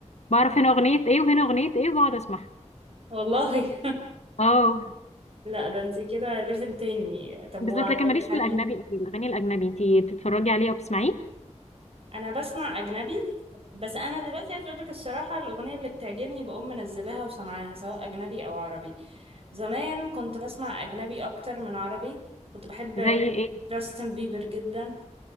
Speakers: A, on the left; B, on the right.
A: بعرف هنا اغنيه ايه وهنا اغنيه ايه وبقعد اسمعها
B: والله
A: اه
B: <laughs> لا ده انت كده ليفل تاني طب
A: بالظبط
B: وعبد
A: لكن ماليش
B: الحليم
A: في الاجنبي أوي، الاغاني الاجنبي انت بتتفرجي عليه او بتسمعيه
B: انا بسمع اجنبي بس انا دلوقتي عايز اقولك الصراحه الاغنيه اللي بتعجبني بقوم منزلاها وسمعاها سواء اجنبي او عربي زمان كنت بسمع اجنبي اكتر من عربي كنت بحب
A: زي ايه
B: جاستن بيبر جدا